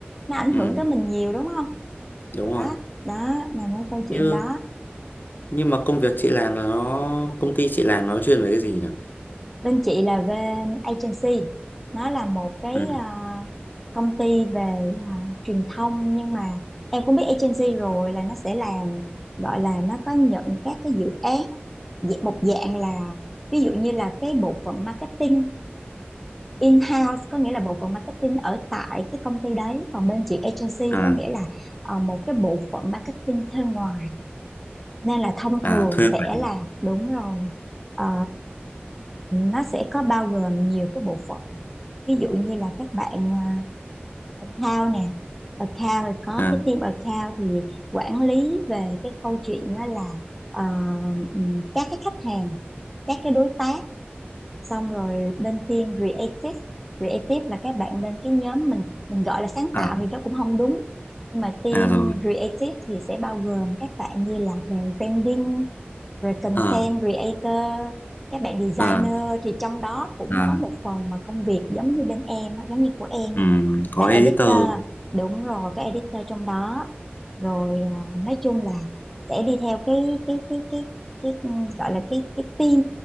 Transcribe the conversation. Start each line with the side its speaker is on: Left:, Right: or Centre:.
Centre: nó ảnh
Left: Ừ.
Centre: hưởng tới mình nhiều đúng không
Left: đúng rồi
Centre: đó đó là mấy câu chuyện
Left: như
Centre: đó
Left: nhưng mà công việc chị làm là nó công ty chị làm nó chuyên về cái gì nhỉ
Centre: bên chị là bên agency nó là một cái
Left: ừ.
Centre: ờ, công ty về ờ, truyền thông nhưng mà em cũng biết agency rồi là nó sẽ làm gọi là nó có nhận các cái dự án dị- một dạng là ví dụ như là cái bộ phận marketing in-house có nghĩa là bộ phận marketing ở tại cái công ty đấy còn bên chị agency
Left: à
Centre: có nghĩa là ờ, một cái bộ phận marketing thuê ngoài nên là thông
Left: à
Centre: thường
Left: thuê
Centre: sẽ
Left: bản
Centre: là đúng rồi Ờ, nó sẽ có bao gồm nhiều cái bộ phận ví dụ như là các bạn à, account nè account rồi có
Left: à
Centre: cái team account thì quản lý về cái câu chuyện đó là ờ, ừm, các cái khách hàng các cái đối tác xong rồi bên team creative creative là các bạn bên cái nhóm mình mình gọi là sáng
Left: à
Centre: tạo thì nó cũng không đúng nhưng mà team
Left: à rồi
Centre: creative thì sẽ bao gồm các bạn như là về branding rồi content
Left: à
Centre: creator các bạn designer
Left: à
Centre: thì trong đó cũng
Left: à
Centre: có một phần mà công việc giống như bên em á, giống như của em
Left: ừ.
Centre: là
Left: có
Centre: editor
Left: editor
Centre: đúng rồi có editor trong đó rồi à, nói chung là sẽ đi theo cái cái cái cái cái ừ, gọi là cái cái team